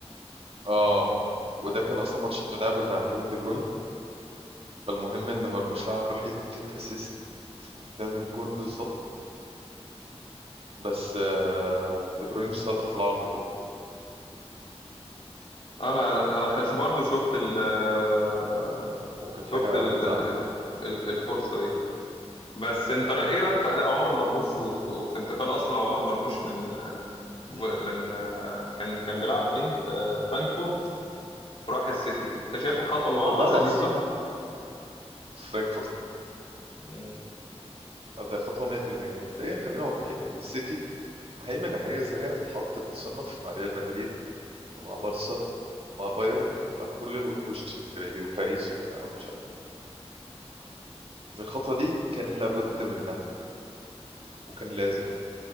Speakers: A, on the right; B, on the left.
A: اه وده كان اصلا ماتش الوداع بتاع كيفن دي بروين فالمهم ان مرموش لعب له حته اسيست قدام الجون بالظبط بس آه، دي بروين شاطها في العارضه فوق
B: انا انا خش برضو شفت ال آه،
A: وكانت حاجه
B: شفت ال-
A: زعل
B: الف-
A: يعني
B: ال- الفرصه دي بس انت رأي- ايه رايك في اداء عمر مرموش وف- وفي انتقال اصلا عمر مرموش من
A: مم.
B: من كان كان بيلعب فين في فرانكفورت وراح السيتي انت شايف الخطوه اللي
A: والله
B: هو عملها
A: العظيم
B: دي صح
A: فرانكفورت
B: مم.
A: آه، ده خطوه 100% مبدئيا خلينا واقعيين ان السيتي مهيمنه هي زيها تتحط تتصنف مع ريال مدريد ومع بارسا ومع بايرن ومع كل الوحوش الكبيرة دي وباريس وبتاع ومش عارف ايه فالخطوه دي كان لابد منها وكان لازم